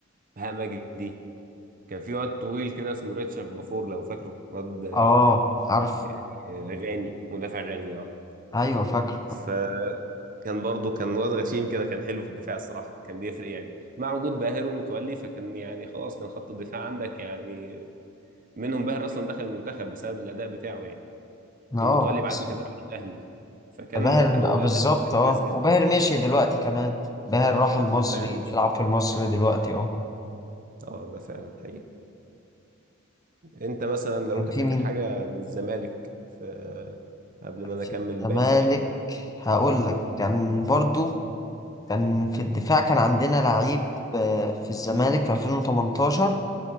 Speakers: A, on the right (about 40°); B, on the left (about 15°).
A: بهاء مجدي كان في واد طويل كده اسمه ريتشارد بافور لو فاكره واد آه،
B: اه عارف
A: يعني آه، غاني مدافع غاني اه
B: ايوه فاكر
A: فكان برضه كان واد غشيم كده كان حلو في الدفاع الصراحة كان بيفرق يعني مع وجود باهر ومتولي فكان يعني خلاص كان خط الدفاع عندك يعني منهم باهر اصلا دخل المنتخب بسبب الاداء بتاعه يعني
B: اه
A: ومتولي بعد
B: بس
A: كده راح الاهلي فكان
B: باهر
A: كانوا
B: بقى بالظبط
A: اداء كان
B: اه
A: كويس جدا
B: وباهر مشي دلوقتي كمان باهر راح المصري
A: وباهر مش
B: بيلعب في المصري دلوقتي اه
A: اه ده فعلا حقيقي انت مثلا لو
B: كان
A: انت
B: في
A: فاكر
B: مين
A: حاجة من الزمالك في قبل ما انا
B: في
A: اكمل
B: الزمالك
A: باقي الفريق
B: هقول لك كان برضو كان في الدفاع كان عندنا لعيب آه، في الزمالك في 2018